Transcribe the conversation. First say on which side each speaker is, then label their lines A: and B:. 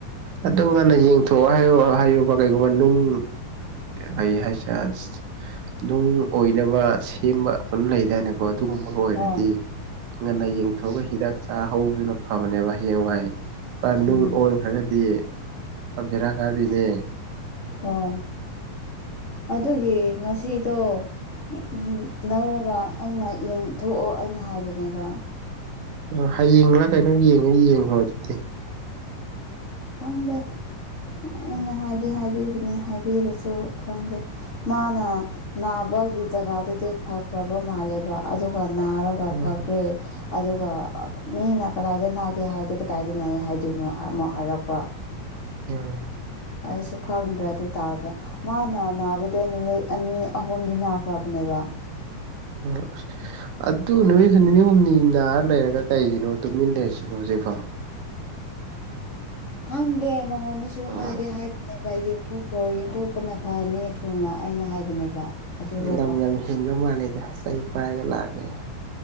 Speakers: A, on the right (about 70°); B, on the left (about 85°).
A: ꯑꯗꯨ ꯉꯟꯅ ꯌꯦꯡꯊꯣꯛꯑꯣ ꯍꯥꯏꯌꯣ ꯍꯥꯏꯌꯣꯕ ꯀꯩꯒꯨꯝꯕ ꯅꯨꯡ ꯒꯩ ꯍꯥꯏ ꯆ <inaudible> ꯅꯨꯡ ꯑꯣꯏꯅꯕ ꯁꯦꯝꯕ ꯃꯐꯝ ꯂꯩꯗꯥꯏꯅꯦꯀꯣ ꯑꯗꯨꯒꯨꯝꯕ ꯑꯣꯏꯔꯗꯤ
B: ꯍꯣꯏ
A: ꯉꯟꯅ ꯌꯦꯡꯊꯣꯛꯑꯒ ꯍꯤꯗꯥꯛ ꯆꯥ ꯍꯧꯕꯗꯨꯅ ꯐꯕꯅꯦꯕ ꯍꯌꯦꯡ ꯋꯥꯏ ꯃꯥ
B: ꯎꯝ
A: ꯅꯨꯡ ꯑꯣꯟꯈ꯭ꯔꯒꯗꯤ ꯄꯨꯔꯥ ꯕꯦꯔꯥ ꯀꯥꯗꯣꯏꯅꯦ
B: ꯑꯣ ꯑꯗꯨꯒꯤ ꯉꯁꯤꯗꯣ ꯎꯝ ꯂꯧꯔꯒ ꯑꯩꯅ ꯌꯦꯡ ꯊꯣꯛꯑꯣ ꯑꯩꯅ ꯍꯥꯏꯕꯅꯦꯕ
A: ꯑꯣ ꯍꯌꯦꯡꯂ ꯀꯩꯅꯣ ꯌꯦꯡꯒꯦ ꯌꯦꯡꯈ꯭ꯔꯣ ꯑꯗꯨꯗꯤ
B: ꯈꯪꯗꯦ ꯑꯩꯅ ꯍꯥꯏꯗꯤ ꯍꯥꯏꯕꯤꯕꯅꯤ ꯍꯥꯏꯕꯤꯔꯁꯨ ꯈꯪꯗꯦ ꯃꯥꯅ ꯅꯥꯕꯒꯤ ꯖꯒꯥꯗꯨꯗꯤ ꯐꯈ꯭ꯔꯕ ꯃꯥꯜꯂꯦꯕ ꯑꯗꯨꯒ ꯅꯥꯔꯒ
A: ꯎꯝ
B: ꯐꯒ꯭ꯔꯦ ꯑꯗꯨꯒ ꯃꯤꯅ ꯀꯗꯥꯏꯗ ꯅꯥꯒꯦ ꯍꯥꯏꯔꯗꯤ ꯀꯗꯥꯏꯗ ꯅꯥꯏ ꯍꯥꯏꯗꯣꯏꯅꯣ ꯑꯃꯨꯛ ꯍꯥꯏꯔꯛꯄ
A: ꯎꯝ
B: ꯑꯩꯁꯨ ꯈꯪꯗ꯭ꯔꯦ ꯑꯗꯨ ꯇꯥꯔꯗꯤ ꯃꯥꯅ ꯅꯥꯕꯗꯣ ꯅꯨꯃꯤꯠ ꯑꯅꯤ ꯑꯍꯨꯝꯗꯤ ꯅꯥꯈ꯭ꯔꯕꯅꯦꯕ
A: ꯎꯝ ꯑꯗꯨ ꯅꯨꯃꯤꯠ ꯅꯤꯅꯤ ꯍꯨꯝꯅꯤꯗ ꯅꯥꯔꯒ ꯂꯩꯔ ꯀꯩꯒꯤꯅꯣ ꯇꯨꯃꯤꯟꯅ ꯂꯩꯔꯤ ꯁꯤꯕꯣ ꯍꯧꯖꯤꯛꯐꯥꯎ
B: ꯈꯪꯗꯦ ꯃꯉꯣꯟꯗꯁꯨ
A: ꯂꯝ
B: ꯍꯥꯏꯗꯤ ꯍꯥꯏꯕꯅꯦ ꯅꯦꯕ ꯌꯦꯡꯊꯣꯛꯔꯣ ꯌꯦꯡꯊꯣꯛꯇꯅ ꯐꯅꯤ ꯊꯨꯅ ꯑꯩꯅ ꯍꯥꯏꯕꯅꯦꯕ ꯑꯗꯨꯒ
A: ꯂꯝ ꯌꯥꯝ ꯍꯦꯟꯕ ꯃꯥꯜꯂꯦꯗ ꯆꯩ ꯄꯥꯏꯔꯒ ꯂꯥꯛꯑꯒꯦ